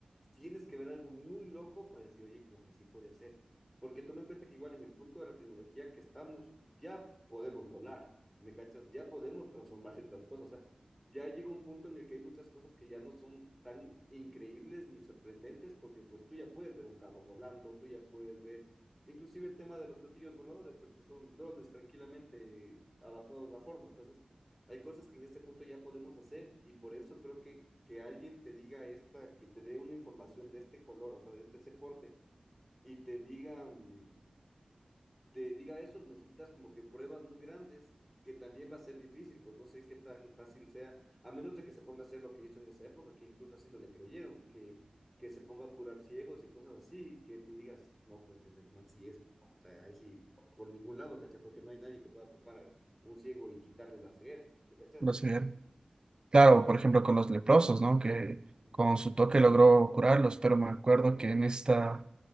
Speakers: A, in the centre; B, on the right.
A: tienes que ver algo muy loco para decir, oye, como que sí puede ser. Porque toma en cuenta que igual en el punto de la tecnología que estamos, ya podemos volar, ¿me cachas? Ya podemos transformar ciertas cosas. O sea, ya llega un punto en el que hay muchas cosas que ya no son tan increíbles ni sorprendentes, porque pues tú ya puedes ver un carro volando, tú ya puedes ver Inclusive el tema de los platillos voladores, pues que son drones tranquilamente adaptados a forma. Entonces, hay cosas que en este punto ya podemos hacer y por eso creo que que alguien te diga esta, que te dé una información de este color, o sea, de, de ese porte, y te diga mm, te diga eso, necesitas como que pruebas muy grandes, que también va a ser difícil, pues no sé qué tan fácil sea, a menos de que se ponga a hacer lo que hizo en esa época, que incluso así no le creyeron, que, que se ponga a curar ciegos y cosas así, que tú digas, no, pues ese man sí es, o sea, ahí sí, por ningún lado, ¿cachai? Porque no hay nadie que pueda topar a un ciego y quitarle la ceguera, ¿me cachas?
B: los primeros. Claro, por ejemplo, con los leprosos, ¿no? Que
A: Ujú,
B: con su toque logró curarlos, pero me acuerdo que en esta